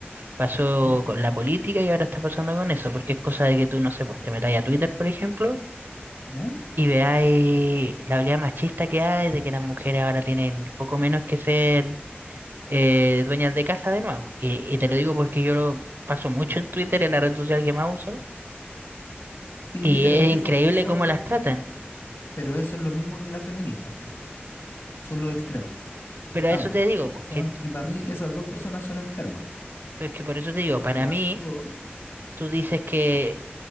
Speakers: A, on the right (about 60°); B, on the left (about 80°).
A: Pasó
B: ¿Mm?
A: con la política y ahora está pasando con eso, porque es cosa de que tú, no sé, pues te metáis a Twitter, por ejemplo,
B: ¿Ya?
A: y veáis la habilidad machista que hay, de que las mujeres ahora tienen poco menos que ser eh, dueñas de casa de nuevo. Y, y te lo digo porque yo lo paso mucho en Twitter, en la red social que más uso,
B: Sí,
A: y
B: pero
A: es
B: eso,
A: increíble
B: eso,
A: cómo las tratan.
B: pero eso es lo mismo que las feministas, po. Son los extremos, po,
A: Pero
B: ambos.
A: a eso te digo, pues
B: Son,
A: que,
B: y para mí esas dos personas son enfermas.
A: pues que por eso te digo,
B: ¿cachai?
A: para
B: Pero
A: mí,
B: así todo,
A: tú dices que,